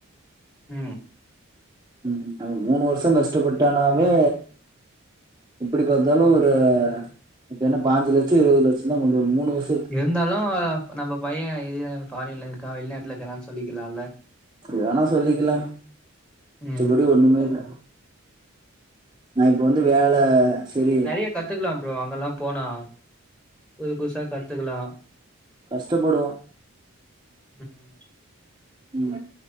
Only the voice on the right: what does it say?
ம் அவே மூணு வருஷம் கஷ்டப்பட்டானாவே எப்படி பாத்தாலு ஒரு இப்ப என்ன பாஞ்சு லட்சோ இருவது லட்சோ தா கொண்டு வர முடியு மூணு வருஷ்
அப்டி வேணா சொல்லிக்கலாம் மிச்சபடி
ஒன்னுமே இல்ல நா இப்ப வந்து வேல செரி
கஷ்டப்படுவோ
ம்